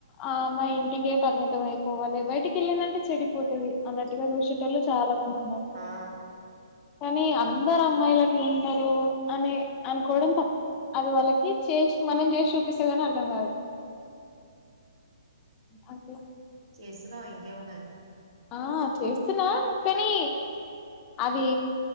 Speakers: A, on the left; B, on the right.
A: ఆ అమ్మాయి ఇంటికే పరిమితం అయిపోవాలి బయటికి వెళ్ళిందంటే చెడిపోతుది అన్నట్టుగా చూసేటోల్లు చాలా మంది ఉన్నారు
B: ఆ
A: కానీ అందర్ అమ్మాయిలు అట్లా ఉండరూ అని అనుకోవడం తప్పు అది వాళ్ళకి చేసి మనం చేసి చూపిస్తే కాని అర్థం కాదు అకే
B: చేస్తున్నావు ఇంకేమున్నది
A: ఆ చేస్ తు నా పెనీ అది